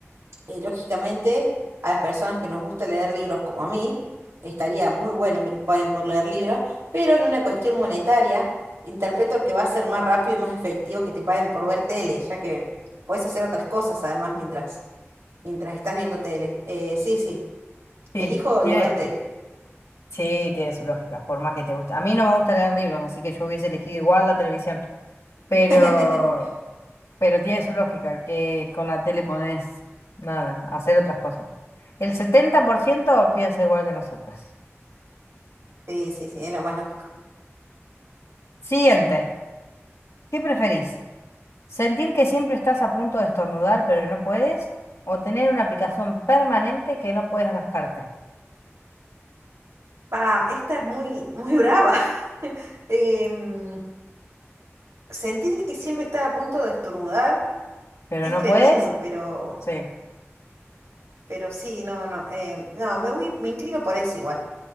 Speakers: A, on the right; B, on the left.
A: eh, lógicamente, a las personas que nos gusta leer libros como a mí, estaría muy bueno que nos paguen por leer libros, pero en una cuestión monetaria, interpreto que va a ser más rápido y más efectivo que te paguen por ver tele, ya que puedes hacer otras cosas además mientras, mientras estás viendo tele. Eh, sí, sí,
B: Sí.
A: elijo
B: tiene,
A: el de ver tele.
B: Sí, tiene su lógica, por más que te guste. A mí no me gusta leer libros, así que yo hubiese elegido igual la televisión,
A: <laughs>
B: pero, pero tiene su lógica, que con la tele podés, nada, hacer otras cosas. El 70% piensa igual que nosotras.
A: Sí, sí, sí, es lo más lógico.
B: Siguiente, ¿qué preferís? ¿Sentir que siempre estás a punto de estornudar pero no puedes? ¿O tener una picazón permanente que no puedes rascarte?
A: Pa, esta es muy, muy brava. <laughs> Em, sentir que siempre está a punto de estornudar
B: ¿Pero
A: Es
B: no
A: tremendo,
B: puedes?
A: pero,
B: Sí.
A: pero sí, no, no, eh, no, me voy, me inclino por eso igual.